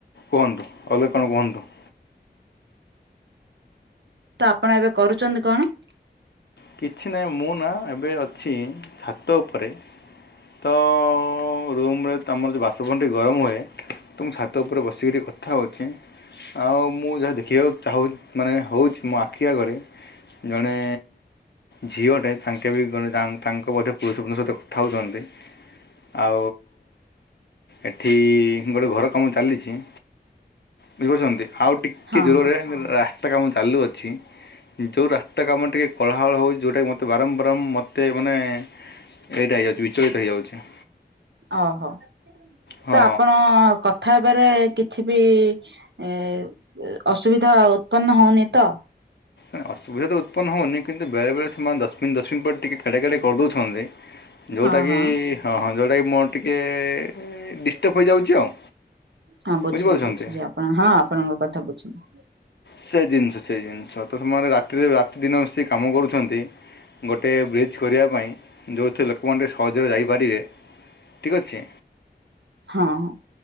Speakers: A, on the left (about 70°); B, on the right (about 80°).
A: କୁହନ୍ତୁ ଆଉ କଣ କୁହନ୍ତୁ।
B: ତ ଆପଣ ଏବେ କରୁଚନ୍ତି କଣ?
A: କିଛି ନାହିଁ ମୁଁ ନା ଏବେ ଅଛି ଛାତ ଉପରେ। ତ ରୁମ‌୍ ରେ ଆମର ଯୋଉ ବାସଭବନ ଟି ଗରମ ହୁଏ। ତ ମୁଁ ଛାତ ଉପରେ ବସିକି ଟିକେ କଥା ହଉଛି‌। ଆଉ ମୁଁ ଯାହା ଦେଖିବାକୁ ଚାହୁଁ ମାନେ ହଉଛି ମୋ ଆଖି ଆଗରେ ଜଣେ ଝିଅଟେ ତାଙ୍କେ ବି କଣ ତା-ତାଙ୍କ ବୋଧେ ପୁରୁଷ ବନ୍ଧୁ ସହିତ କଥା ହଉଚନ୍ତି। ଆଉ ଏଠି ଗୋଟେ ଘର କାମ ଚାଲିଛି। ବୁଝିପାରୁଚନ୍ତି ଆଉ ଟିକେ
B: ହଁ
A: ଦୂରରେ
B: ହଁ
A: ରାସ୍ତା କାମ ଚାଲୁ ଅଛି। ଯୋଉ ରାସ୍ତା କାମ ଟିକେ କୋଳାହଳ ହଉଚି ଯୋଉଟା କି ମତେ ବାରମ୍ୱାର ମ ଏତେ ମାନେ ଏଇଟା ହେଇଯାଉଛି ବିଚଳିତ ହେଇଯାଉଛି।
B: ଅ ହଉ
A: ହଁ
B: ତ ଆପଣ କ ଥା ହେବାରେ କିଛି ବି ଏ ଅସୁବିଧା ଉତ୍ପନ୍ନ ହଉନି ତ?
A: ଏଁ ଅସୁବିଧା ତ ଉତ୍ପନ୍ନ ହଉନି କିନ୍ତୁ ବେଳେବେଳେ ସେ ମାନେ ଦଶ ମିନଟ୍ ଦଶ ମିନଟ୍ ପ ଟିକେ କେଡେ କେଡେ କରିଦଉଛନ୍ତି ଯୋଉଟା
B: ହଁ ହଁ
A: କି ଏ ହଁ ହଁ ଯୋଉଟାକି ମୋର ଟିକିଏ ଡିଷ୍ଟର୍ବ ହେଇଯାଉଛି ଆଉ।
B: ହଁ ବୁଝିଲି
A: ବୁଝିପାରୁଛନ୍ତି
B: ବୁଝିଲି ଆପଣ ହଁ ଆପଣଙ୍କ କଥା ବୁଝିଲି।
A: ସେଇ ଜିନିଷ ସେଇ ଜିନିଷ ତ ସେମାନେ ରାତିରେ ରାତି ଦିନ ମିଶେଇ କାମ କରୁଛନ୍ତି। ଗୋଟେ ବ୍ରିଜ୍ କରିବା ପାଇଁ ଯୋଉଥିରେ ଲୋକମାନେ ଟିକେ ସହଜରେ ଯାଇପାରିବେ। ଠିକ୍ ଅଛି।
B: ହଁ ହଁ।